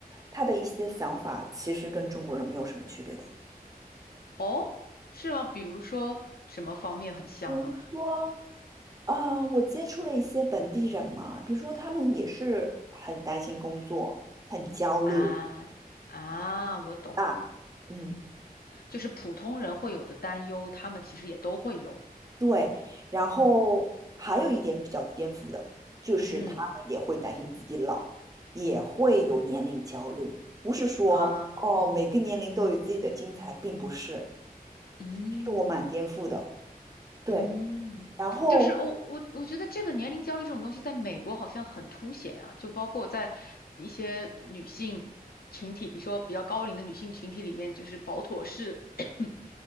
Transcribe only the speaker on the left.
哦，是吗？比如说什么方面很像呢？
啊啊，我懂，
就是普通人会有的担忧，他们其实也都会有。
嗯
嗯
啊
嗯
嗯，
就是我我我觉得这个年龄焦虑这种东西在美国好像很凸显啊，就包括在一些女性群体，比如说比较高龄的女性群体里面，就是保妥适 <coughs>